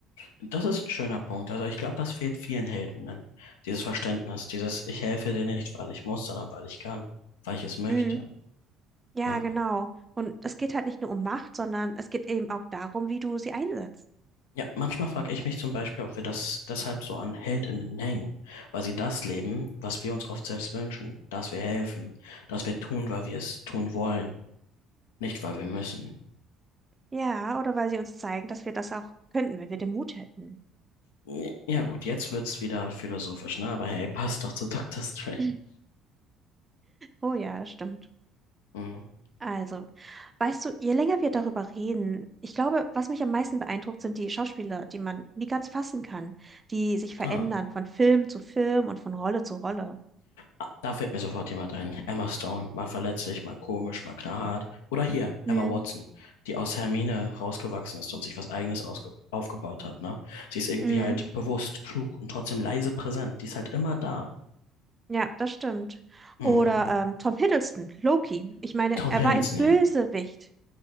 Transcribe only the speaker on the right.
Mm, Ja,
genau. Und es geht halt nicht nur um Macht, sondern es geht eben auch darum, wie du sie einsetzt.
Ja, oder weil sie uns zeigen, dass wir das auch könnten, wenn wir den Mut hätten.
<laughs> Oh ja, das stimmt.
Also, weißt du, je länger wir darüber reden, ich glaube, was mich am meisten beeindruckt, sind die Schauspieler, die man nie ganz fassen kann, die sich verändern
von Film zu Film und von Rolle zu Rolle.
Hm,
hm.
Ja, das stimmt.
Oder ähm, Tom Hiddleston, Loki. Ich meine,
er
war ein Bösewicht.